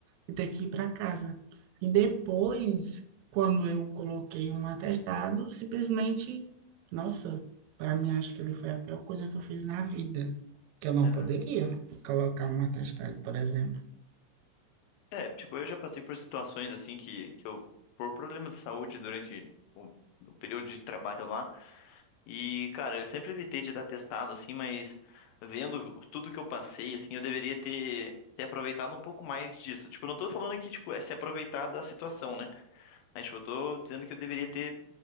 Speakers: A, on the right (about 85°); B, on the left (about 85°).
A: e ter que ir para casa. E depois, quando eu coloquei um atestado, simplesmente, nossa, para mim acho que ele foi a pior coisa que eu fiz na vida, que eu não
B: aham.
A: poderia colocar um atestado, por exemplo.
B: É, tipo, eu já passei por situações assim que, que eu, por problemas de saúde durante o, o período de trabalho lá, e, cara, eu sempre evitei de dar testado, assim, mas vendo tudo que eu passei, assim, eu deveria ter, ter aproveitado um pouco mais disso. Tipo, eu não tô falando que, tipo, é se aproveitar da situação, né? Mas, tipo, eu tô dizendo que eu deveria ter,